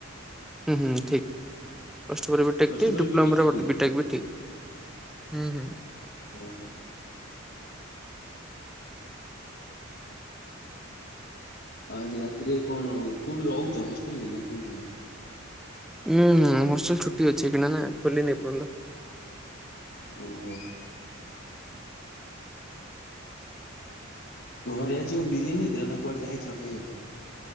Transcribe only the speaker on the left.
ପ୍ଲସ
ଟୁ
ଟା
ଠିକ୍
ଓହୋ। ଆଉ ଆଜି ରାତିରେ କଣ କୋଉଠି ରହୁଛ ହଷ୍ଟେଲରେ ନା କେମିତି କଁ?
<inaudible> ଘରେ ଆଜି ବିରିୟାନୀ ହେଇଥିଲା, ନା କୁଆଡ଼େ ଯାଇଥିଲ ଖାଇବାକୁ?